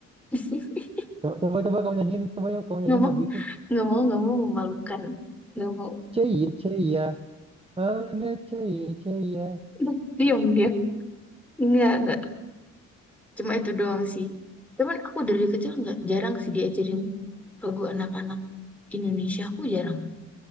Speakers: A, in the centre; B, on the right.
A: <laughs>
B: Coba coba, coba kamu nyanyiin, coba yuk kamu nyanyiin
A: nggak mau,
B: lagu itu.
A: nggak mau, nggak mau memalukan. Nggak mau.
B: Cie cie, ya. oh na cie cie. ya."
A: <laughs> Diam dia. Nggak, nggak. Cuma itu doang sih. Cuman aku dari kecil nggak jarang sih diajarin lagu anak-anak Indonesia. Aku jarang.